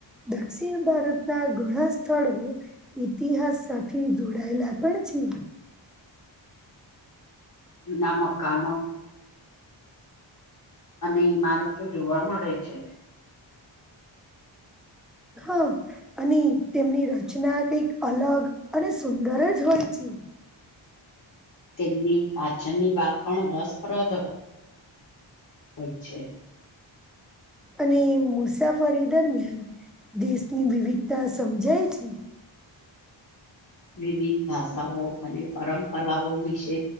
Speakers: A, in the centre; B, on the left.
A: દક્ષિણ ભારત ના ઘણા સ્થળો ઈતિહાસ સાથે જોડાયેલા પણ છે.
B: જૂના મકાનો અને ઈમારતો જોવા મળે છે.
A: હા અને તેમની રચના કઈક અલગ અને સુંદર જ હોય છે.
B: તેમની પાચનની વાત પણ રસપ્રદ હો. અચ્છા
A: અને મુસાફરી દરમિયાન દેશની વિવિધતા સમજાય છે.
B: વિવિધ ભાષાઓ અને પરંપરાઓ વિશે